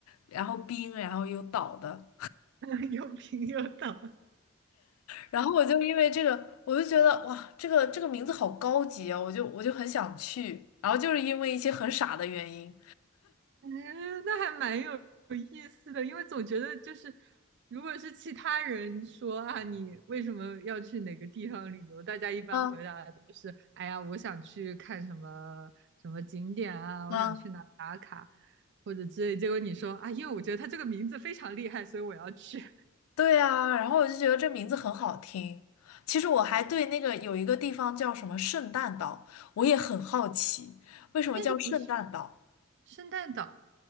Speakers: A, on the left (about 85°); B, on the right (about 55°).
A: 然后冰，然后有岛的，
B: <laughs> 又冰又岛。
A: 然后我就因为这个，我就觉得哇，这个这个名字好高级啊，我就我就很想去。然后就是因为一些很傻的原因，
B: 嗯，那还蛮有有意思的，因为总觉得就是，如果是其他人说啊，你为什么要去哪个地方旅游，大家一般回答的都是，
A: 啊
B: 哎呀，我想去看什么什么景点啊，
A: 啊，
B: 我想去哪打卡，或者之类。结果你说啊，因为我觉得它这个名字非常厉害，所以我要去。<laughs>
A: 对啊，然后我就觉得这名字很好听。其实我还对那个有一个地方叫什么圣诞岛，我也很好奇，为什么叫圣诞岛？
B: 那个不是圣诞岛，